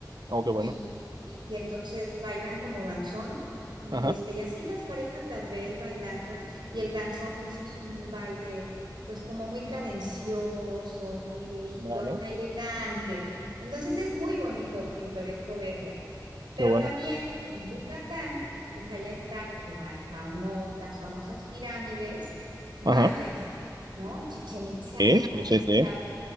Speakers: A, on the right; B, on the right.
A: Oh, qué bueno.
B: y, y- y entonces bailan como danzón y
A: Ajá,
B: este y así las parejas las ves bailando y el danzón pues es un baile pues como muy cadencioso, muy lindo,
A: vale,
B: hasta elegante. Entonces es muy bonito, pintoresco verlo. Pero
A: qué bueno.
B: también en Yucatán, pues allá está la famo- las famosas pirámides mayas,
A: Ajá.
B: ¿no? Chichen Itza
A: Sí,
B: ¿has
A: sí,
B: escuchado?
A: sí.